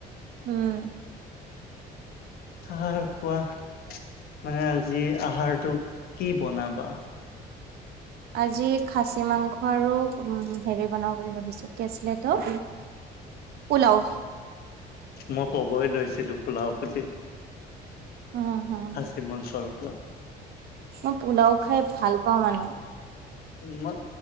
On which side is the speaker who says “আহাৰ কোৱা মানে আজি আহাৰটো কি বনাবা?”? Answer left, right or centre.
Left